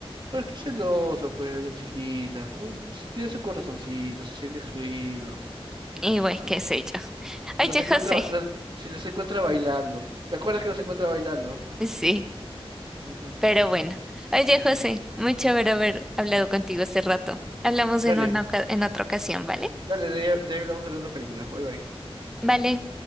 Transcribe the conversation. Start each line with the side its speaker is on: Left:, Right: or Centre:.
Right: Pero está celoso, pues, de chiquita. ¿no? Tiene su corazoncito, se siente excluido,
Centre: Y bueno,
Right: ¿no?
Centre: qué sé yo.
Right: Se
Centre: Oye,
Right: los encuentra,
Centre: José,
Right: los- se los encuentra bailando. ¿Te acuerdas que los encuentra bailando?
Centre: sí,
Right: Ujú.
Centre: pero bueno. Oye, José, muy chévere haber hablado contigo este rato. Hablamos
Right: Dale,
Centre: en una, oca- en otra ocasión, ¿vale?
Right: dale, de ahí de ahí hablamos de la otra película. Bye bye.
Centre: Vale.